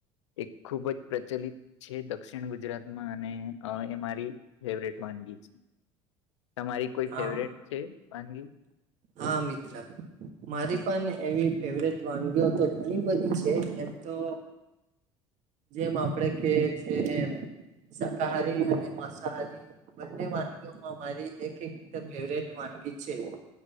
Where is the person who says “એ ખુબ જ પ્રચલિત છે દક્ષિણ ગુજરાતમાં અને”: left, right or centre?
Left